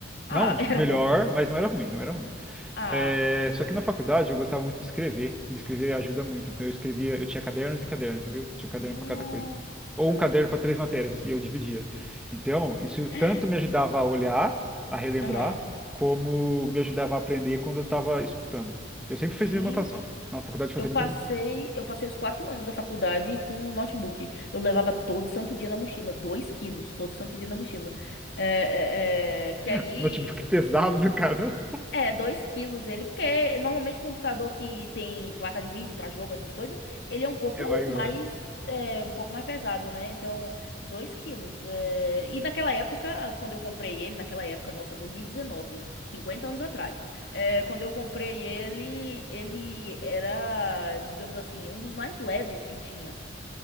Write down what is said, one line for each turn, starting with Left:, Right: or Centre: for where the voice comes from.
Left: Ah,
Centre: Não, tipo,
Left: <laughs> era
Centre: melhor,
Left: bom.
Centre: mas não era ruim, não era ruim.
Left: Ah,
Centre: É, só que na faculdade eu gostava muito de escrever. Me escrever ajuda muito. Então eu escrevia, eu tinha cadernos e cadernos, entendeu? Tinha um caderno
Left: nossa.
Centre: para cada coisa. Ou um caderno para três matérias, e eu dividia. Então, isso
Left: <gasps>
Centre: tanto me ajudava a olhar, a relembrar,
Left: Aham.
Centre: como me ajudava a aprender quando eu estava escutando. Eu sempre
Left: Gente,
Centre: fazia anotação. Na faculdade eu fazia
Left: eu passei,
Centre: muito anotação.
Left: eu passei os quatro anos da faculdade com o notebook. Eu levava todo santo dia na mochila, dois quilos, todo santo dia na mochila. É, é, é, que
Centre: <laughs>
Left: aí
Centre: notebook pesado, cara.
Left: É, 2 quilos ele, porque normalmente computador que tem placa de vídeo pra jogo, essas coisas, ele é um pouco
Centre: É maior.
Left: mais, é, um pouco mais pesado, né? Então, 2 quilos. é, E naquela época, quando eu comprei ele, naquela época, nossa, 2019, 50 anos atrás, é, quando eu comprei ele, ele era, digamos assim, um dos mais leves que tinha,